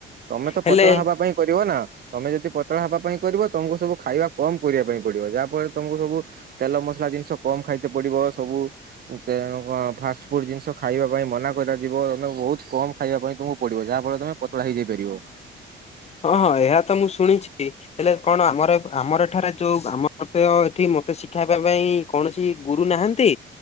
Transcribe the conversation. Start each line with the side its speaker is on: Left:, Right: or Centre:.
Right: ତମେ ତ
Left: ହେଲେ
Right: ପତଳା ହବା ପାଇଁ କରିବ ନା। ତମେ ଯଦି ପତଳା ହବା ପାଇଁ କରିବ ତମକୁ ସବୁ ଖାଇବା କମ କରିବା ପାଇଁ ପଡିବ ଯାହା ଫଳରେ ତମକୁ ସବୁ ତେଲ ମସଲା ଜିନିଷ କମ ଖାଇତେ ପଡିବ ସବୁ ତେଣୁ କଣ ଫାଷ୍ଟ ଫୁଡ ଜିନିଷ ଖାଇବା ପାଇଁ ମନା କରାଯିବ ତମେ ବହୁତ କମ ଖାଇବା ପାଇଁ ତମକୁ ପଡିବ ଯାହା ଫଳରେ ତମେ ପତଳା ହେଇଯାଇ ପାରିବ।
Left: ହଁ ହଁ ଏହା ତ ମୁଁ ଶୁଣିଛି। ହେଲେ କଣ ଆମର ଆମର ଏଠାରେ ଯୋଉ ଆମର ତ ଏଠି ମତେ ଶିକ୍ଷାଇବା ପାଇଁ କୌଣସି ଗୁରୁ ନାହାନ୍ତି